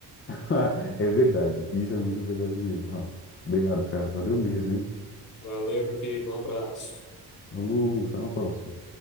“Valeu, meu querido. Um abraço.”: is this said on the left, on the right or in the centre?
Left